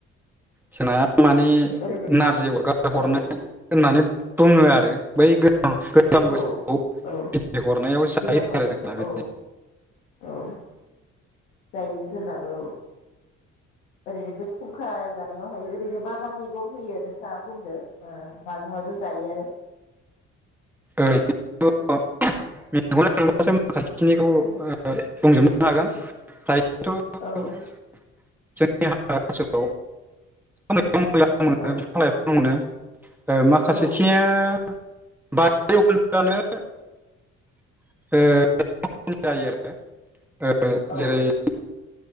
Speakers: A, in the centre; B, on the left.
A: जोंना। माने
B: ओरैनो
A: नारजि अरगार
B: औ
A: हरनाय होननानै। बुङो आरो बै गोजाम
B: औ
A: बोसोराव
B: औ
A: बिदाइ हरनायाव जायो
B: गोजाम बोसोरखौ
A: आरो जोंना बि
B: औ औ जायो जोंनाबो ओरैनो बे खुंखा जानायावहाय ओरैनो मा मा मैगं होयो नोंथाङा बुंदो। माजों माजों जायो आरो।
A: ओैनो थांबासो माखासे खिनिखौ बुंजोबनो हागोन। <unintelligible>
B: औ
A: जोंनि हाग्रा ओनसोलाव। मैगं मैला मोनो
B: औ
A: बिफां लाइफां मोनो। माखासेखिनिया
B: औ
A: <unintelligible> <unintelligible>
B: औ
A: जेरै-